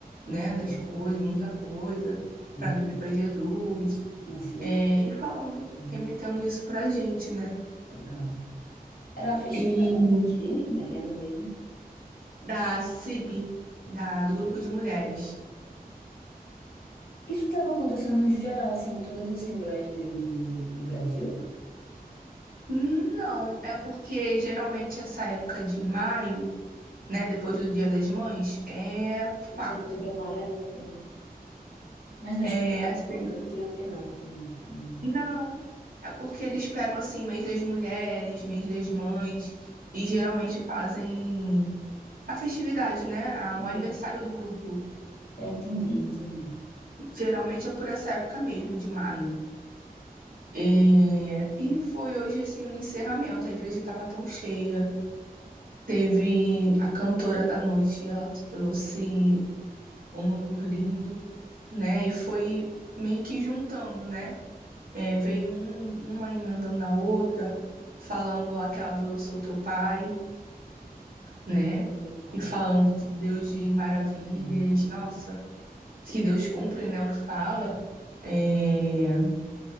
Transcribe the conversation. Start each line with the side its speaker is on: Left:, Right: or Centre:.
Right: né, das
Left: hum.
Right: coisas, muita coisa,
Left: Ele
Right: para
Left: foi-
Right: viver para Jesus,
Left: Isso, ele
Right: é,
Left: foi
Right: e falando,
Left: hum,
Right: remetendo isso para a gente, né?
Left: legal. Era a festividade
Right: E
Left: de quê, Mariana mesmo?
Right: da CIB, da, do grupo de mulheres.
Left: Isso estava acontecendo no geral, assim, em todas as Assembleias de Deus do, do Brasil.
Right: Não, é porque geralmente essa época de maio, né, depois do Dia das Mães, é fato.
Left: Setembro Amarelo, né, também. Mas acho
Right: É
Left: que
Right: assim.
Left: não tem a ver, não, com... com-
Right: Não, é porque eles pegam assim mês das mulheres, mês das mães e geralmente fazem a festividade, né? Ah,
Left: Uhum.
Right: O aniversário do grupo.
Left: É, entendi, entendi.
Right: Geralmente é por essa época mesmo, de maio. É, E foi hoje assim o encerramento. A igreja estava tão cheia. Teve a cantora da noite, ela trouxe um louvor lindo, né? E foi meio que juntando, né? É, veio um, uma emendando na outra, falando aquela do Eu sou teu pai, né?
Left: Meu pai.
Right: E falando do Deus de maravilhas.
Left: Hum.
Right: Nossa, que Deus cumpre, né? O que fala. É,